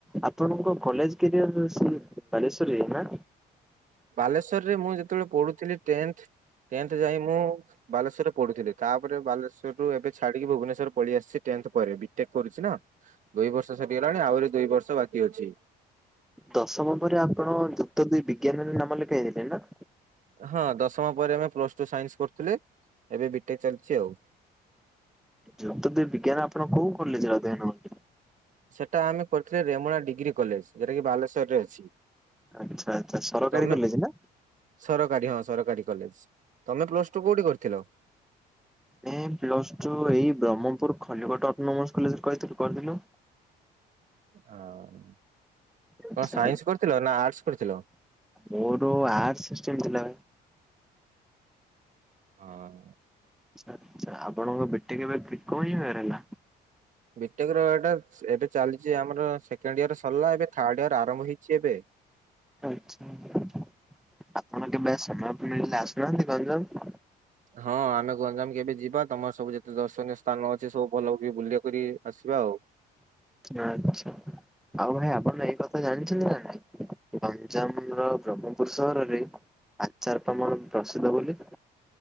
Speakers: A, in the centre; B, on the right.
A: ଆପଣଙ୍କ କଲେଜ୍ କ୍ରିଅରେ ସେ ବାଲେଶ୍ଵର୍ରେ ନାଁ?
B: ବାଲେଶ୍ୱର୍ ରେ ମୁଁ ଯେତେବେଳେ ପଢ଼ୁଥିଲି ଟେନ୍ଥ ଟେନ୍ଥ ଯାଏଁ ମୁଁ ବାଲେଶ୍ବର୍ରେ ପଢ଼ୁଥିଲେ ତା ପରେ ବାଲେଶ୍ୱର ରୁ ଏବେ ଛାଡ଼ିକି ଭୁବନେଶ୍ୱର୍ ପଳିଆସିଛି ଟେନ୍ଥ ପରେ ବିଟେକ୍ କରୁଛି ନା। ଦୁଇ ବର୍ଷ ସେଠିହେଲାଣି ଆହୁରି ଦୁଇ ବର୍ଷ ବାକି ଅଛି।
A: ଦଶମ ପରେ ଆପଣ ଯୁକ୍ତ ଦୁଇ ବିଜ୍ଞାନରେ ନାମ ଲେଖାଇଁ ଥିଲେ ନା?
B: ହଁ ଦଶମ ପରେ ଆମେ ପ୍ଲସ୍ ଟୁ ସାଇନ୍ସ କରୁଥିଲେ ଏବେ ବିଟେକ୍ ଚାଲିଛି ଆଉ।
A: ଯୁକ୍ତ ଦୁଇ ବିଜ୍ଞାନେ ଆପଣ କଉ କଲେଜ୍ରେ ଅଧୀୟନ ହଅଁନ୍ତି?
B: ସେଟା ଆମେ କରିଥିଲେ ରେମୁଣା ଡ଼ୀଗ୍ରୀ କଲେଜ୍ ଯେଟାକି ବାଲେଶ୍ୱର୍ ରେ ଅଛି।
A: ଆଚ୍ଛା ଆଚ୍ଛା ସରକାରୀ
B: ତମେ
A: କଲେଜ୍ ନାଁ?
B: ସରକାରୀ ହଁ ସରକାରୀ କଲେଜ୍। ତମେ ପ୍ଲସ୍ ଟୁ କୋଉଠି କରିଥିଲ?
A: ମୁଁ ପ୍ଲସ୍ ଟୁ ଏଇ ବ୍ରହ୍ମପୁର ଖଲିକଟ ଅଟୋନୋମର୍ସ କଲେଜରେ କହିଥିଲୁ କରିଦେଲୁ।
B: ହଁ
A: ଆଚ୍ଛା
B: କଣ ସାଇନ୍ସ କରିଥିଲ ନାଁ ଆଡ଼୍ସ୍ କରିଥିଲ?
A: ମୋର ତ ଆର୍ଟ୍ସ ସିଷ୍ଟମ୍ ଥିଲା।
B: ହଁ।
A: ଆଛା ଆପଣଙ୍କ ବିଟେକ୍ କେବେ କ୍ରିକ ହିଁ ହେଡ଼୍ ହେଲା।
B: ବିଟେକ ର ଏଇଟା ଚେ ଏବେ ଚାଲିଛି ଆମର ସେକେଣ୍ଡି ଇୟର ସରିଲା। ଏବେ ଥାଡ଼୍ ଇୟର ଆରମ୍ଭ ହେଇଛି ଏବେ।
A: <inaudible> ମନ୍ତେ ମେ ସମୟ ପିଳିଲେ ଆସୁନାହାନ୍ତି ଗଞ୍ଜାମକୁ?
B: ହଁ ଆମେ ଗଞ୍ଜାମ୍ କେବେ ଯିବା ତମର ସବୁ ଯେତେ ଦର୍ଶନୀୟ ସ୍ଥାନ ଅଛି ସବୁ ଭଲ ବୁକ୍କି କରି ଆସିବା ଆଉ।
A: ଆଚ୍ଛା ଆଉ ଭାଇ ଆପଣ ଏଇ କଥା ଜାଣିଛନ୍ତି ନା ନାଇଁ? ଗଞ୍ଜାମ୍ ର ବ୍ରହ୍ମପୁର ସହରରେ ଆଚ୍ଚାର ତମୋର ପ୍ରସିଦ୍ଧ ବୋଲି।